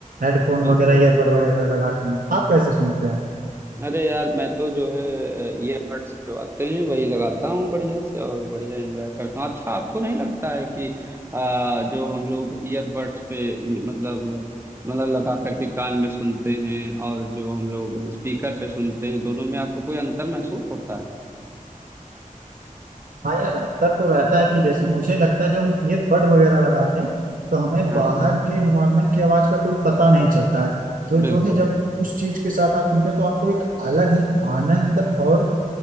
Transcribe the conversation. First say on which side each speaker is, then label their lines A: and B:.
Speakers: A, on the right; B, on the right.
A: हेडफोन
B: बिल्कुल
A: वगैरह ईयरबड वगैरह लगा के सुन आप कैसे सुनते हैं
B: अरे यार मैं तो जो है ईयरबड्स जो आते हैं वही लगाता हूँ बढ़िया से और बढ़िया एंजॉय करता हूँ अच्छा आपको नहीं लगता है कि आ, जो हम लोग ईयरबड्स पे ये मतलब मतलब लगा करके कान में सुनते हैं और जो हम लोग स्पीकर पे सुनते हैं दोनों में आपको कोई अंतर महसूस होता है
A: हाँ यार अंतर तो रहता है कि जैसे मुझे लगता है जो हम ईयरबड वगैरह लगाते हैं तो हमें
B: हाँ
A: बाहर
B: हाँ
A: के एनवायरनमेंट की आवाज का कोई पता नहीं चलता है तो
B: बिल्कुल
A: जो है जब उस चीज के साथ आप सुनते हो तो आपको एक अलग ही आनंद और